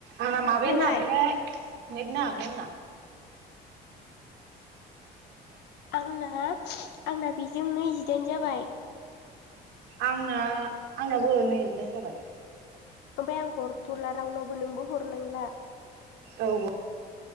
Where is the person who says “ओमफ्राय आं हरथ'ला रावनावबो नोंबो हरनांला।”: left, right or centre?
Left